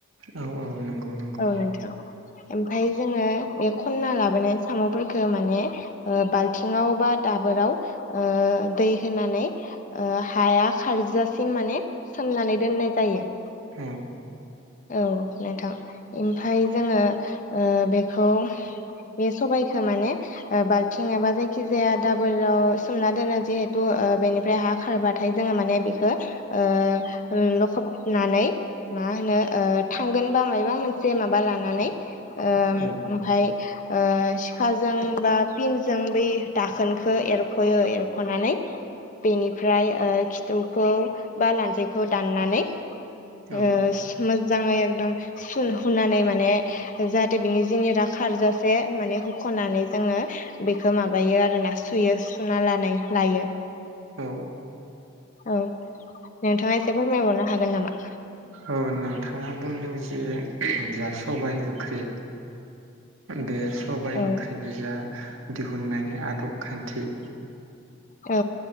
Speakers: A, on the right; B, on the left.
A: औ औ नंगौ नंगौ
B: औ नोंथां ओमफाय जोङो बे खनना लाबोनाय साम'फोरखौ माने ओ बाल्थिंवा बा दाबोराव ओ दै होनानै ओ हाया खारजासिम माने सोमनानै दोननाय जायो।
A: औ
B: औ नोंथां ओमफाय जोङो ओ बेखौ बे सबायखो माने ओ बाल थिं एबा जायखिजाया दाबोराव सोमना दोनो जिहेतु ओ बेनि फ्राय हा खारबाथाय जोङो माने बिखो ओ ओ लखबनानै मा होनो ओ थांगोनबा मायबा मोनसे माबा लानानै ओ
A: औ
B: ओमफाय ओ सिखाजों बा पिनजों बै दाखोनखौ एरख'यो एरख'नानै बेनिफ्राय ओ खिथुखौ बा लान्जैखौ दाननानै ओ
A: औ
B: सो मोजाङै एग दम सुन हुनानै माने जाहाथे बिनि जिनि रा खारजासे माने होख'नानै जोङो बेखौ माबायो आरो ना सुयो सुना लानाय लायो।
A: औ
B: औ नोंथाङा एसे फोरमायबावनो हागोन नामा?
A: औ नोंथाङा बुंदों जे जा सबाय ओंख्रि दे सबाय
B: औ
A: ओंख्रि निजा दिहुननायनि आदब खान्थि
B: औ